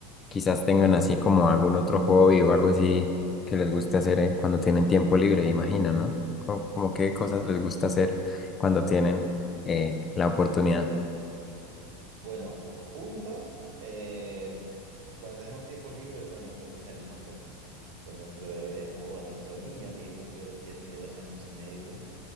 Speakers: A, on the left; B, on the right.
A: quizás tengan así como algún otro hobby o algo así que les guste hacer eh, cuando tienen tiempo libre, imagino, ¿no? Como, como qué cosas les gusta hacer cuando tienen eh, la oportunidad.
B: Bueno, ju- juntos, eh, cuando tenemos tiempos libres, actualmente pues salimos con, con nuestro bebé, o bueno, nuestro niño que ya cumplió, ya tiene dos años y medio.